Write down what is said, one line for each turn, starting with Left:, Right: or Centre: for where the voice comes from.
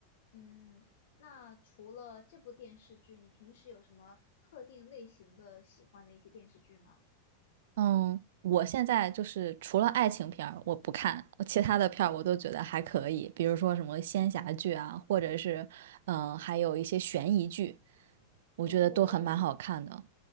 Left: 嗯，那除了这部电视剧，你平时有什么特定类型的喜欢的一些电视剧吗？
Right: 嗯，我现在就是除了爱情片儿我不看，其他的片儿我都觉得还可以，比如说什么仙侠剧啊，或者是嗯、呃还有一些悬疑剧，我觉得都很蛮好看的。
Left: 哦，